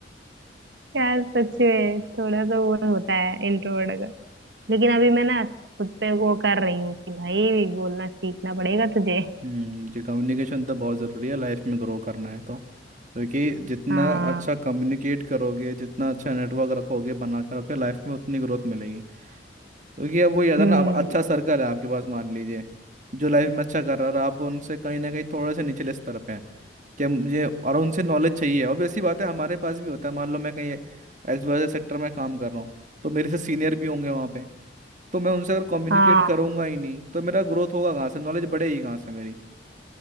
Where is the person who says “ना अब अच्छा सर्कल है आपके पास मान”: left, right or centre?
Right